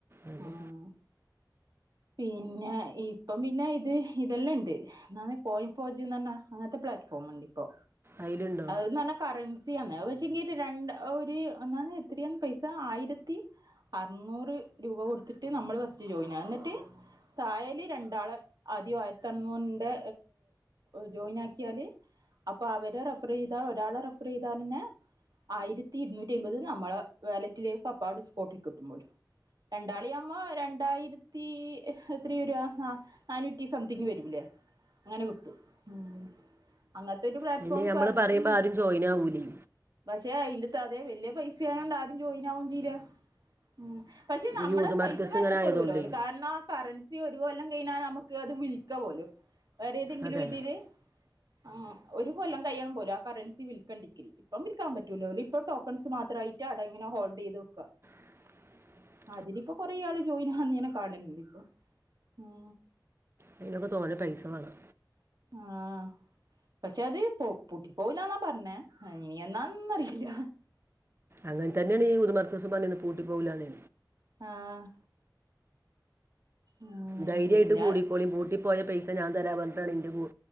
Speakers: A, on the right (about 35°); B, on the right (about 60°).
A: അതെ
B: ഉം പിന്നെ ഇപ്പം പിന്നെ ഇത് ഇതെല്ലാം ഉണ്ട് എന്നാണ് കോയിം ഫോജ്ന്നർഞ അങ്ങൻത്തെ പ്ലാറ്റ്ഫോം ഉണ്ട് ഇപ്പോ
A: അതിലുണ്ടോ
B: അത്ർഞ കറൻസി ആന്ന് പക്ഷെങ്കിൽ രണ്ട് ഒരു അന്നാന്ന് എത്രയാണ് പൈസ ആയിരത്തി അർന്നൂറ് രൂപ കൊടുത്തിട്ട് നമ്മള് ഫസ്റ്റ് ജോയിൻ ആ എന്നിട്ട്. തായേലി രണ്ടാള് ആദ്യം ആയിരത്തി അർന്നൂറിന്റെ ജോയിനാക്കിയാല് അപ്പൊ അവരെ റെ ഫറെയ്താ ഒരാള റഫറെയ്താലെന്നെ ആയിരത്തി ഇരുന്നൂറ്റി അമ്പത് നമ്മളെ വാലറ്റിലേക്ക് അപ്പാട് സ്പോട്ടി കിട്ടുമ്പോലും രണ്ടാളി ആവുമ്പൊ രണ്ടായിരത്തി എത്രെ വെര നാനൂറ്റി സംതിങ്ങ് വെരൂലേ അങ്ങനെ കിട്ടും ഉം അങ്ങത്തൊരു പ്ലാറ്റ്ഫോം
A: അതിന് നമ്മൾ
B: പറഞ്ഞിട്ടണ്ട്.
A: പറയുമ്പോൾ ആരും ജോയിൻ ആവൂലേ
B: പക്ഷെ അയിന്റെറ്റതെ വല്യ പൈസായോണ്ട് ആരും ജോയിനാവും ചെയ്യില ഉം പക്ഷെ
A: ഈ
B: നമ്മള
A: യൂത് മർക്കസ്
B: പൈസ നഷ്ടപ്പെടൂലോ
A: ഇങ്ങനെ ആയതുകൊണ്ടേ
B: ഒരു കാരണം കറൻസി ഒരു കൊല്ലം കഴിഞ്ഞാൽ നമുക്ക് അത് വിൽക്ക പോലും. വേറെ ഏതെങ്കിലും
A: അതെ
B: ഇതില് ആ ഒരു കൊല്ലം കയ്യണം പോലും ആ കറൻസി വിൽക്കേണ്ടിക്കി. ഇപ്പം വിൽക്കാൻ പറ്റൂല ഓലിപ്പ ടോക്കൺസ് മാത്രായിട്ട് അട ഇങ്ങനെ ഹോൾഡയ്ത് വെക്ക
A: <inaudible>
B: അതിലിപ്പോ കൊറെ ആള് ജോയിൻ ആവ്ന്നങ്ങനെ കാണലണ്ട് ഇപ്പൊ ഉം
A: അതിനൊക്കെ തോനെ പൈസ വാണം.
B: ആഹ് പക്ഷെ അത് പൊട്ടി പോവലന്നാ പറഞ്ഞേ ഇനി എന്നാന്നറിയില്ല.
A: അങ്ങൻ തന്നേണ് ഈ ഊതുമർകസും പർഞ്ഞിന്നെ പൂട്ടി പോക്‌ലാന്ന്
B: ആഹ് ആഹ്
A: ധൈര്യയിട്ട്
B: പിന്നെ
A: കൂടിക്കോളി പൂട്ടിപോയ പൈസ ഞാൻ തരാ പർഞ്ഞിട്ടാണ് ഇന്റെത്